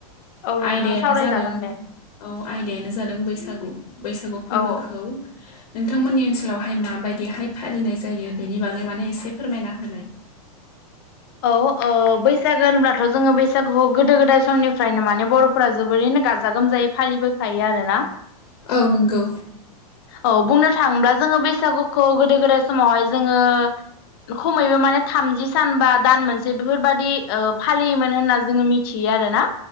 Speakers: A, on the left (about 40°); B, on the left (about 70°).
A: औ नोंथां
B: आयदायानो
A: सावरायजागोन
B: जादों
A: दे
B: औ आयदायानो जादों बैसागु बैसागु फोरबोखौ
A: औ
B: नोंथांमोननि ओनसोलावहाय माबायदिहाय फालिनाय जायो बेनि बागै माने एसे फोरमायना होनाय?
A: औ ओ बैसागो होनब्लाथ' जोङो बैसागुखौ गोदो गोदाय समनिफ्रायनो माने बर' फोरा जोबोरैनो गाजा गोमजायै फालिबोखायो आरोना।
B: औ नंगौ
A: औ बुंनो थाङोब्ला जोङो बैसागुखौ गोदो गोदाय समावहाय जोङो खमैबो माने थामजि सान बा दान मोनसे बेफोरबायदि ओ फालियोमोन होनना जोङो मिथियो आरोना